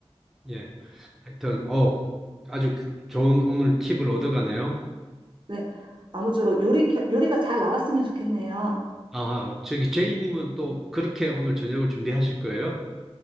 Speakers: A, in the centre; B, on the right.
A: 예. 하여튼, 어, 아주 좋은 오늘 팁을 얻어가네요.
B: 네. 아무쪼록 요리, 겨- 요리가 잘 나왔으면 좋겠네요.
A: 아, 저기 제이님은 또 그렇게 오늘 저녁을 준비하실 거예요?